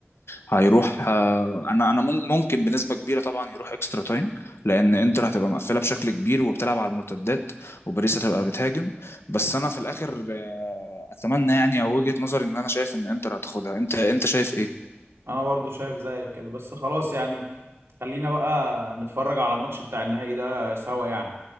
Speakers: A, on the left; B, on the right.
A: هيروح انا انا مم- ممكن بنسبه كبيره طبعا يروح اكسترا تايم لان انتر هتبقى مقفله بشكل كبير وبتلعب على المرتدات وباريس هتبقى بتهاجم بس انا في الاخر آه، اتمنى يعني او وجهة نظري ان انا شايف ان انتر هتاخدها انت انت شايف ايه
B: انا برضو شايف زيك كده بس خلاص يعني خلينا بقى نتفرج على الماتش بتاع النهائي ده سوا يعني